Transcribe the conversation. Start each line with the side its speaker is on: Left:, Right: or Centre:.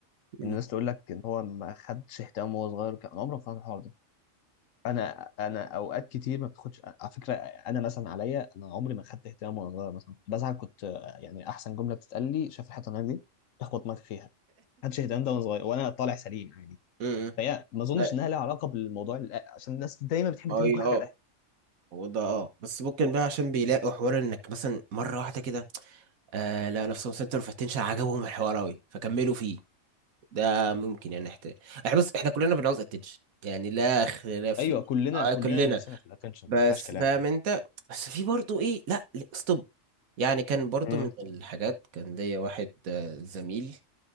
Right: امم
Left: ان الناس تقول لك ان هو ما خدش اهتمام وهو صغير كان عمري ما فهمت الحوار ده انا انا اوقات كتير ما بتاخدش على فكره انا مثلا عليا انا عمري ما خدت اهتمام وانا صغير مثلا بزعل كنت آه، يعني احسن جمله بتتقال لي شايف الحته دي تخبط دماغك فيها ما خدش اهتمام ده وانا صغير وانا طالع سليم عادي
Right: امم
Left: فهي ما اظنش
Right: ما
Left: انها لها علاقه بالموضوع الأ- عشان الناس دايما بتحب
Right: ما
Left: ترمي
Right: هو إيه،
Left: كل حاجه
Right: اه
Left: على الاهل
Right: هو ده اه بس ممكن بقى عشان بيلاقوا حوار انك مثلا مره واحده كده آه لا نفسهم سنتر اوف اتنشن عجبهم الحوار قوي فكملوا ده ممكن يعني احترام احنا بص احنا كلنا بنعوز اتنشن يعني لا خلاف في
Left: ايوه
Right: دي
Left: كلنا
Right: آه
Left: كلنا
Right: كلنا
Left: نفسنا في الاتنشن
Right: بس
Left: ما فيهاش كلام
Right: فاهم انت بس في برضو ايه لا ستوب يعني كان برضو
Left: مم،
Right: من الحاجات كان ليا واحد آه، زميل